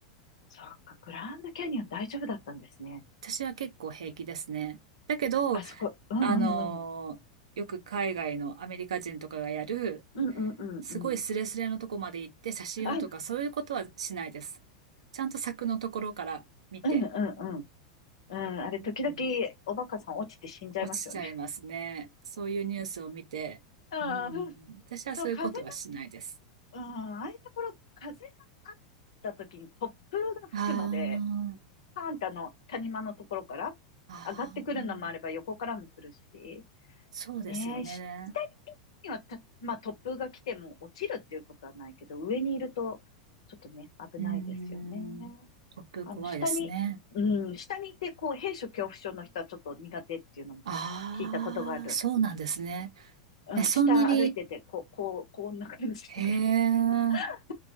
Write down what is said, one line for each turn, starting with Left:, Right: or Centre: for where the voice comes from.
Left: そうか、グランドキャニオン大丈夫だったんですね。
Right: 私は結構平気ですね。だけど、
Left: あそこ、うんうんうん。
Right: あのーよく海外のアメリカ人とかがやる、
Left: うんうんうんうん。
Right: すごいスレスレのとこまで行って写真をとか、
Left: あ、
Right: そういうことはしないです。ちゃんと柵のところから見て、
Left: うんうんうん。うん、あれ、
Right: うん、
Left: 時々おバカさん落ちて死んじゃいますよね。
Right: 落ちちゃいますね。そういうニュースを見て、
Left: <laughs> ああ、
Right: うん、私はそういうことはしないです。
Left: そう、風が、うん、ああいうところ、風があった時に突風が吹くので、
Right: あー
Left: パーンってあの、谷間のところから上がってくるのもあれば横からも来るし、
Right: あー、そうですよね。
Left: ねえ、し下にいる分にはた、まあ突風が来ても落ちるっていうことはないけど、上にいるとちょっとね、危ないですよね。
Right: うん、突風怖いですね。
Left: あの、下に、うん、下にいてこう、閉所恐怖症の人はちょっと苦手っていうのも
Right: ああ、
Left: 聞いたことがある。
Right: そうなんですね。
Left: うん、
Right: え、そんなに、
Left: 下歩いてて、こう、こう、こんな感じだから。
Right: へえ、
Left: <laughs>